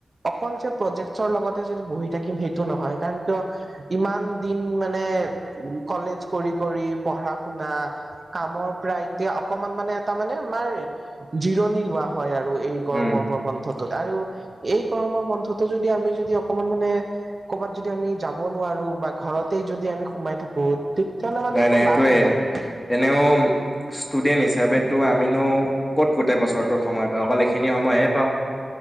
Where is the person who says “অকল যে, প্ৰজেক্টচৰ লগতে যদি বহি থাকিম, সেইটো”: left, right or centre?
Right